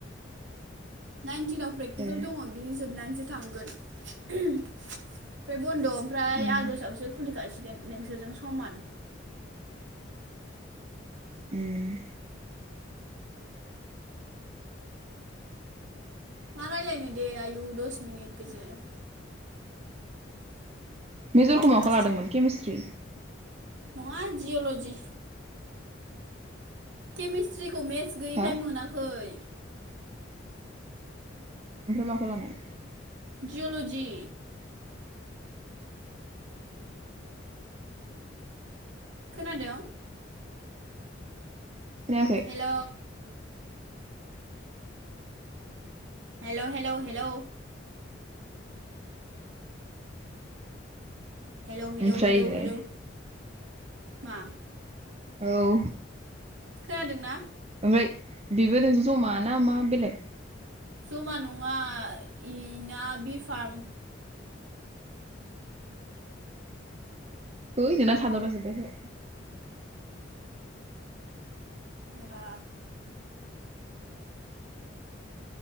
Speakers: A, on the right; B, on the right.
A: नाइनटिनाव प्रेक्टिकेल
B: ए
A: दङ बेनि जोबनानैसो थांगोन <unintelligible> ओमफ्राय बन्द' ओमफ्राय
B: उम
A: आगष्टआवसो खुलिखासि गोन नोंसोरजों समान
B: उम
A: मा रायलायनो दे आयु दस मिनिट गोजोन
B: मेजरखौ माखौ
A: दासो
B: लादोंमोन केमिस्ट्रि?
A: नङा जिय'लजि केमेस्ट्रिखौ मेथ स गैयैखाय
B: हो
A: मोनाखै
B: ओमफ्राय माखौ लानाय?
A: जिअल'जि खोनादों?
B: खोनायाखै
A: hello hello hello hello hello hello
B: ओमफ्राय
A: हेलौ
B: इलाय
A: हेलौ मा?
B: औ
A: खोनादोंना?
B: फ्राय बेबो नोंजों जमा ना मा बेलेग
A: जमा नङा इना बि फार्म
B: है नोंना थाद'ला जोबबाय सो
A: रा